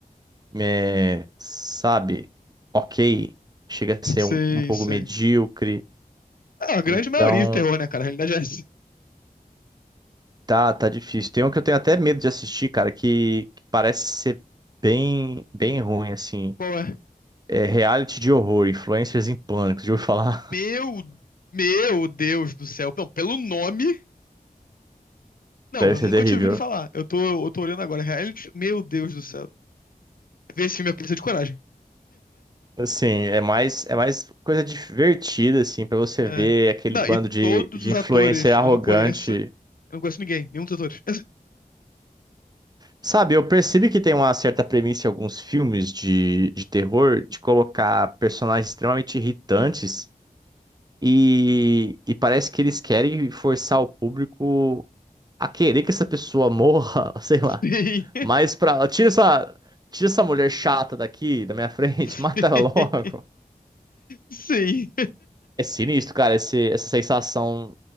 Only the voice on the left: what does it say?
Sim,
sim.
Ah, a grande
maioria de terror, né, cara? A realidade é essa.
Qual é?
Meu, meu Deus do céu. Não, pelo nome.
Não,
eu
nunca
tinha ouvido falar. Eu tô, eu tô olhando agora. Reality. Meu Deus do céu. Ver esse filme é precisa de coragem.
É.
Não,
e
todos
os
atores,
eu não conheço. Eu não conheço ninguém, nenhum dos atores.
<laughs> Sim.
Sim.
Sim.